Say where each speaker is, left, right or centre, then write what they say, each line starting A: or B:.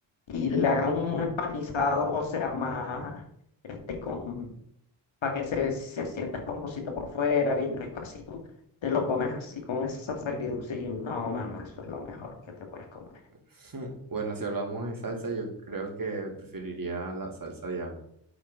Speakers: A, on the left; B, on the right.
A: y le hagan un empanizado, o sea, más este, con para que se, se sienta esponjosito por fuera, bien rico, así tú te lo comes así con esa salsa agridulce y no, mano, eso es lo mejor que te puedes comer.
B: <laughs> Bueno, si hablamos de salsa, yo creo que preferiría la salsa de ajo.